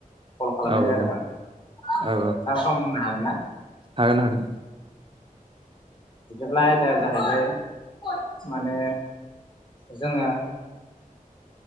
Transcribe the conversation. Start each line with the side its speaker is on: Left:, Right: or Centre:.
Left: कल खालामनाय
Right: औ औ
Left: जादोंमोन। नोंथाङा
Right: औ
Left: सम होननो हागोना?
Right: हागोन हागोन।
Left: बिदिब्ला आयदाया जाहैबाय। माने जोंङो